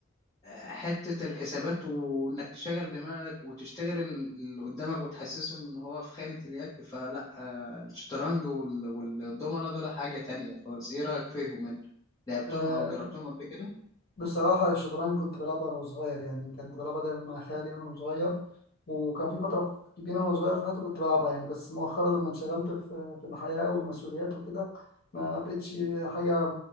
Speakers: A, on the left; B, on the left.
A: وحتة الحسابات وإنك تشغل دماغك وتشتغل ال- اللي قدامك وتحسسه إن هو في خانة اليك فلا آه، الشطرنج وال- والضمنة دول حاجة تانية خالص إيه رأيك فيهم أنت؟ لعبتهم
B: <laughs>
A: أو جربتهم قبل كده؟
B: بصراحة الشطرنج كنت بلعبها وأنا صغير يعني كنت بلعبها دايما مع خالي أنا وصغير وكان في فترة كبيرة وأنا صغير في حياتي كنت بلعبها يعني بس مؤخرا لما انشغلت في في الحياة والمسؤوليات وكده ما بقتش حاجة